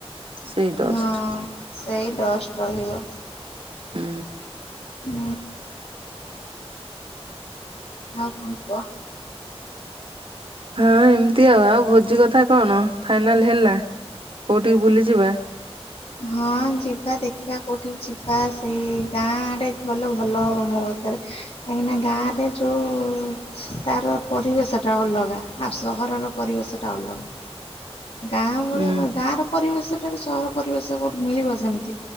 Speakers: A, on the right; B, on the left.
A: ସେଇ ଡଷ୍ଟ।
B: ହଁ ସେଇ ଡଷ୍ଟ ରହିବ।
A: ହୁଁ।
B: ହୁଁ। ଆଉ କଣ କୁହ?
A: ହଁ ଏମିତି ଆଉ ଆଉ ବୁଧ୍ ଜି କଥା କଣ, ଫାଇନାଲ ହେଲା କୋଉଠିକି ବୁଲି ଯିବା?
B: ହଁ ଯିବା ଦେଖିଆ କୋଉଠିକି ଯିବା, ସେ ଏ ଗାଁ ଆଡେ ଗଲେ ଭଲ ହବ ମୋ ମତରେ, କାହିଁକିନା ଗାଁ ରେ ଯୋ ଓ ତାର ପରିବେଶ ଟା ଅଲଗା ଆଉ ସହରର ପରିବେଶ ଟା ଅଲଗା। ଗାଁ ଭଳିଆ
A: ହୁଁ
B: କନ୍ ଗାଁ ର ପରିବେଶଟାରୁ ସହର ପରିବେଶ କଉଠି ମିଳିବ ସେମିତି